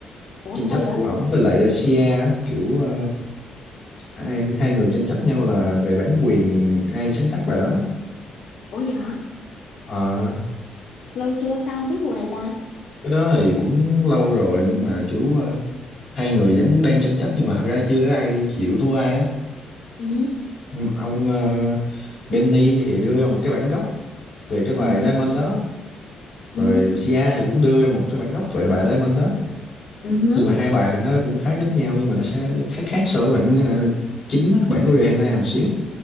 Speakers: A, on the left (about 60°); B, on the left (about 40°).
A: ủa
B: tranh chấp
A: sao vậy
B: của ổng với lại à, Sia á, kiểu à, hai, hai người tranh chấp nhau là về bản quyền ai sáng tác bài đó đó
A: ủa vậy hả
B: Ờ,
A: lâu chưa sao không biết vụ này ta
B: cái đó thì cũng lâu rồi nhưng mà kiểu ờ, hai người vẫn đang tranh chấp nhưng mà thật ra chưa có ai chịu thua ai á
A: ừ
B: Nhưng mà ông ờ, Benny thì đưa ra một cái bản gốc về cái bài
A: ừ
B: Diamond đó
A: ừ
B: rồi Sia thì cũng đưa ra một cái bản gốc về bài Diamond đó
A: ừ hứ.
B: nhưng mà hai bài thì nó cũng khá giống nhau nhưng mà nó sẽ khác khác so với bản ờ, chính á, bản của Rihanna một xíu